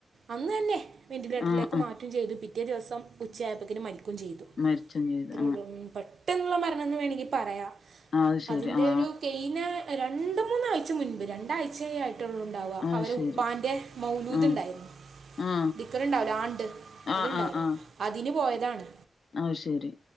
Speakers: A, on the right; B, on the left.
A: അന്നന്നെ വെന്റിലേറ്ററിലേക്ക്
B: ആഹ് ആഹ്
A: മാറ്റും ചെയ്ത് പിറ്റേ ദിവസം ഉച്ചയായപ്പത്തിനും മരിക്കുകയും ചെയ്തു
B: മരിച്ചും ചെയ്തു
A: അത്രയുള്ളൂ
B: ആ
A: പ പെട്ടെന്നുള്ള മരണം എന്ന് വേണമെങ്കിൽ പറയാം
B: ആ അത് ശരി
A: അതിന്റെ
B: ആ
A: ഒരു കഴിഞ്ഞ രണ്ട് മൂന്നാഴ്ച മുൻപ് രണ്ടാഴ്ച ആയിട്ടുള്ള ഉണ്ടാവുക
B: അത്
A: അവരെ
B: ശരി
A: ഉപ്പാന്റെ മൗലൂദ്
B: ആ
A: ഉണ്ടായിരുന്നു
B: ആ
A: ദിക്കറ് ഉണ്ടാവല്ലോ ആണ്ട്
B: ആ
A: അതു ണ്ടായിരുന്നു
B: ആ ആ
A: അതിനുപോയതാണ്
B: അത് ശരി